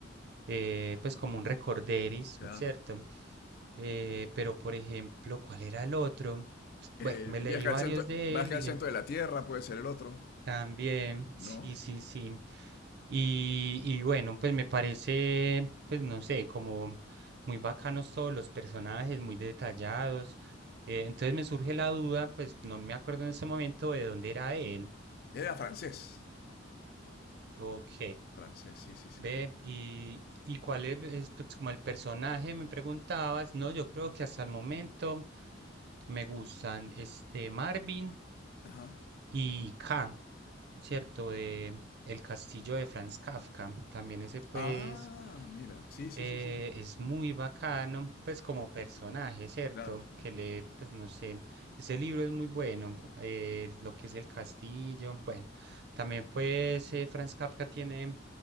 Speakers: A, on the right; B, on the left.
A: eh, pues como un recorderis,
B: claro.
A: ¿cierto? Eh, pero, por ejemplo, ¿cuál era el otro?
B: Eh,
A: Bueno, me leí
B: viaja
A: varios
B: al centro,
A: de
B: viaje
A: él
B: al
A: y
B: centro
A: en-
B: de la Tierra puede ser el otro,
A: también, sí,
B: ¿no?
A: sí, sí. Y, y bueno, pues me parece, pues no sé, como muy bacanos todos los personajes, muy detallados. Eh, entonces me surge la duda, pues no me acuerdo en ese momento de dónde era él.
B: Era francés.
A: Ok.
B: Francés, sí, sí, sí.
A: Ve, y, ¿y cuál es, es, pues, como el personaje? Me preguntabas. No, yo creo que hasta el momento me gustan este Marvin.
B: Ajá.
A: Y K, ¿cierto? De El castillo de Franz Kafka. También ese pues
B: Ah, mira, sí,
A: eh,
B: sí, sí, sí.
A: es muy bacano, pues como personaje, ¿cierto?
B: Claro.
A: Que le, pues no sé, ese libro es muy bueno, eh, lo que es el castillo, bueno, también pues eh, Franz Kafka tiene